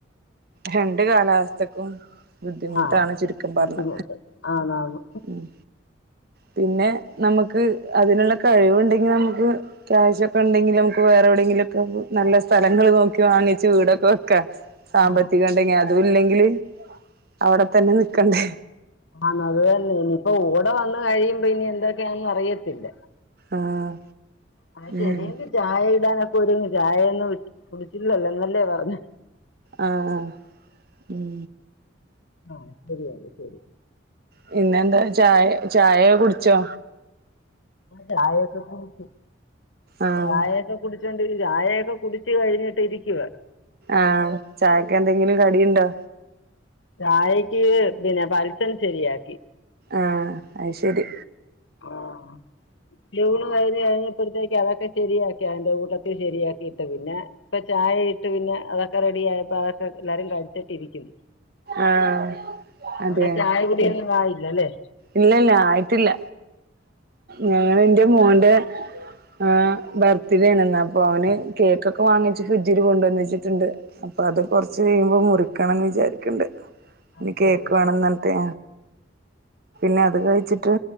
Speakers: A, on the right; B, on the left.
A: രണ്ട് കാലാവസ്ഥക്കും ബുദ്ധിമുട്ടാണ്
B: ആ
A: ചുരുക്കം പറഞ്ഞ
B: ബുദ്ധിമുട്ട് ആണാണ്
A: ഉം പിന്നെ നമ്മക്ക് അതിനുള്ള കഴിവുണ്ടെങ്കി നമുക്ക് ക്യാഷൊക്കെ ഉണ്ടെങ്കി നമുക്ക് വേറെ എവിടെങ്കിലൊക്കെ നല്ല സ്ഥലങ്ങൾ നോക്കി വാങ്ങിച്ച് വീടൊക്കെ വെക്കാ സാമ്പത്തികണ്ടെങ്കി
B: ആ
A: അതും ഇല്ലെങ്കില് അവിടെ തന്നെ നിക്കണ്ടെ
B: ആന്ന് അത് തന്നെ ഇനിയിപ്പ കൂടെ വന്ന് കഴിയുമ്പോ ഇനി എന്തൊക്കെയെന്ന് അറിയത്തില്ല
A: ആഹ്
B: അത് ശരിയന്ന്
A: ഉം
B: ചായ ഇടാനൊക്കെ ഒരുങ്ങ് ചായ ഒന്നും കുടിച്ചില്ലല്ലോ എന്നല്ലേ പറഞ്ഞെ
A: ആഹ് ഉം
B: ആഹ് ശരിയാണ് ശെരി
A: പിന്നെന്താ ചായ ചായ കുടിച്ചോ
B: ചായയൊക്കെ കുടിച്ച്
A: ആഹ്
B: ചായയൊക്കെ കുടി- ചായയൊക്കെ കുടിച്ച് കഴിഞ്ഞിട്ട് ഇരിക്കുവ
A: ആഹ് ചായക്ക് എന്തെങ്കിലും കടിയിണ്ടോ
B: ചായക്ക് പിന്നെ പരചം ശരിയാക്കി
A: ആഹ് അയ്ശരി
B: ആഹ് ലൂണ് കഴിഞ്ഞഴിഞ്ഞ് ഇപ്പഴത്തേക്ക് അതൊക്കെ ശരിയാക്കി അതിന്റെ കൂട്ടത്തി ശരിയാക്കിയിട്ട് പിന്നെ ഇപ്പ ചായ ഇട്ട് പിന്നെ അതൊ- ക്കെ റെഡി ആയപ്പോ അതൊക്കെ എല്ലാരും കഴിച്ചിട്ടിരിക്കുന്നു
A: ആഹ് അതെ
B: അവിടെ ചായകുടിയൊന്നും
A: ഉം
B: ആയില്ലല്ലേ
A: ഇല്ലല്ല ആയിട്ടില്ല ഞങ്ങള് ന്റെ മോന്റെ ആഹ് ബർത്ത്ഡേണ് ഇന്ന് അപ്പൊ അവന് കേക്കൊക്കെ വാങ്ങിച്ച് ഫ്രിഡ്ജില് കൊണ്ട്ന്ന്ച്ചിട്ടുണ്ട് അപ്പൊ അത് കൊറച്ച് കഴിയുമ്പോ മുറിക്കണംന്ന് വിചാരിക്കണ്ട്
B: അത്
A: ഇനി കേക്ക്
B: ശരി
A: വേണനറഞ്ഞിട്ടേ പിന്നെ അത് കഴിച്ചിട്ട്